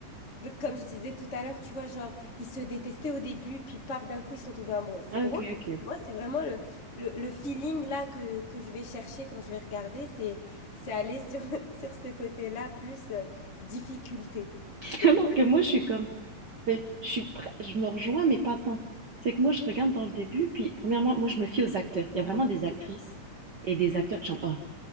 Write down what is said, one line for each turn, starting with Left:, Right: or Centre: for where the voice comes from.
Left: de- comme je disais tout à l'heure, tu vois, genre, ils se détestaient au début, puis paf, d'un coup, ils sont tombés amoureux. C'est
Right: Ah,
Left: drôle.
Right: ok, ok.
Left: Moi, c'est vraiment le, le, le feeling là que, que je vais chercher quand je vais regarder, c'est, c'est aller sur, <laughs> sur ce côté-là, plus euh, difficulté.
Right: <laughs>
Left: Tu
Right: Alors
Left: sais, que-
Right: que moi, je suis comme... Mais je suis pr- je me rejoins, mais pas tant. C'est que moi, je regarde dans le début, puis premièrement, moi, je me fie aux acteurs. Il y a vraiment des actrices et des acteurs que j'aime. Oh,